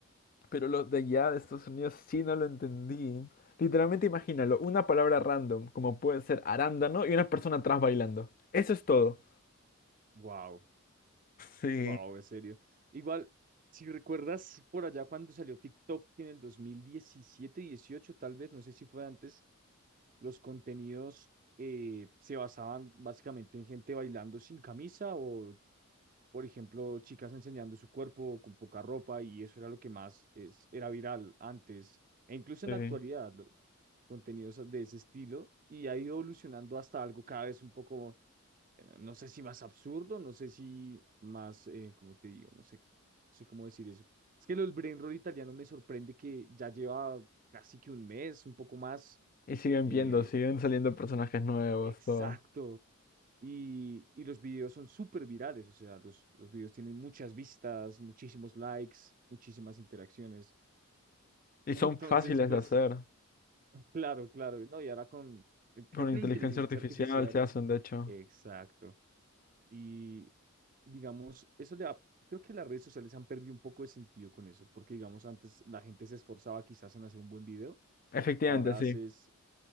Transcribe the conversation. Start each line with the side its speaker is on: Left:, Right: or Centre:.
Left: Pero los de allá de Estados Unidos sí no lo entendí. Literalmente imagínalo, una palabra random, como puede ser arándano, y una persona atrás bailando. Eso es todo.
Right: Wow.
Left: Sí,
Right: Wow, en serio. Igual, si recuerdas por allá cuando salió TikTok en el 2017, 18, tal vez, no sé si fue antes, los contenidos eh, se basaban básicamente en gente bailando sin camisa o, por ejemplo, chicas enseñando su cuerpo con poca ropa y eso era lo que más es, era viral antes e incluso
Left: sí.
Right: en la actualidad, los contenidos de ese estilo y ha ido evolucionando hasta algo cada vez un poco eh, no sé si más absurdo, no sé si más, eh, ¿cómo te digo? No sé, no sé cómo decir eso. Es que lo del brain roll italiano me sorprende que ya lleva casi que un mes, un poco más,
Left: Y siguen
Right: eh,
Left: viendo, siguen saliendo personajes nuevos,
Right: exacto.
Left: todo.
Right: Y, y los videos son súper virales, o sea, los, los videos tienen muchas vistas, muchísimos likes, muchísimas interacciones.
Left: Y
Right: <laughs> Entonces,
Left: son fáciles
Right: pues,
Left: de hacer.
Right: claro, claro, no, y ahora con, creo
Left: Con
Right: que
Left: inteligencia
Right: la inteligencia
Left: artificial
Right: artificial,
Left: se hacen, de hecho.
Right: exacto. Y digamos, eso le ha- creo que las redes sociales han perdido un poco de sentido con eso, porque digamos, antes la gente se esforzaba quizás en hacer un buen video,
Left: Efectivamente,
Right: ahora
Left: sí.
Right: haces,